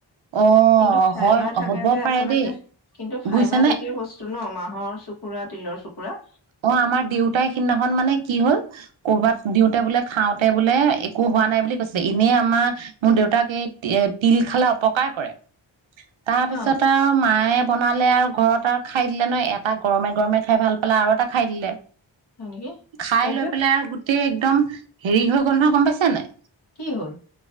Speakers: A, on the right; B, on the left.
A: অ
B: কিন্তু ফাইবাৰ
A: হয়
B: থাকে
A: হ'ব
B: যে
A: পাৰে
B: আচলতে
A: দেই
B: কিন্তু ফাইবাৰ
A: বুজিছেনে
B: জাতীয় বস্তু নমাৰ হহৰ চুকুৰা তিলৰ চুকুৰা
A: অ আমাৰ দেউতাই স সিদিনাখন মানে কি হল কৰবাত দিওঁতে বোলে খাওঁতে বোলে একো হোৱা নাই বুলি কৈছিলে এনেই আমাৰ মোৰ দেউতাক এই তিল খালে অপকাৰ কৰে তাৰ
B: হয়
A: পিছত আৰু মায়ে বনালে আৰু ঘৰত আৰু খাই দিলে ন এটা গৰমে গৰমে খাই ভাল পালে আৰু এটা খাইে
B: নেকি
A: খাই
B: তাৰপিছত
A: লৈ পেলাই আৰু গোটেই একদম হেৰি হৈ গন্ধ গম পাইছো নাই
B: কি হল